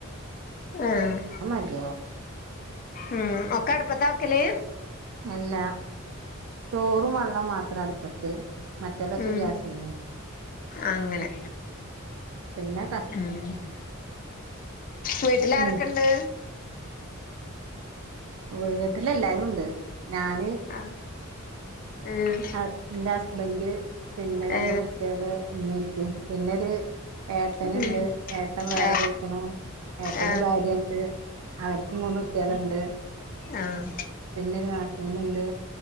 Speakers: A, on the left (about 40°); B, on the right (about 80°).
A: ആഹ്
B: മതിയാവും
A: ഉം ഒക്കെ അടപ്പതാ ആക്കല്ല്
B: അല്ല ചോറും വെള്ളം മാത്രം അടുപ്പത്ത് മറ്റേതൊക്കെ
A: ഉം
B: ഗ്യാസ്മെ-
A: അങ്ങനെ
B: പിന്നെ
A: ഉം വീട്ടിൽ ആരൊക്കെയുണ്ട്
B: ഉം വീട്ടില് എല്ലാരും ഉണ്ട് ഞാന്-
A: ആഹ് ഉം
B: !!!
A: ഏ
B: !!!! ഏട്ടന്ണ്ട്,
A: ഉം
B: ഏട്ടൻ വേറെ
A: ആ ആ
B: പൊയ്ക്ക്ണു. ഏട്ടന്
A: ആ
B: ഭാര്യണ്ട്. അവർക്കും മൂന്നുട്ട്യേള്ണ്ട്.
A: ആഹ്!
B: പിന്നെരു നാത്തൂന്ണ്ട്.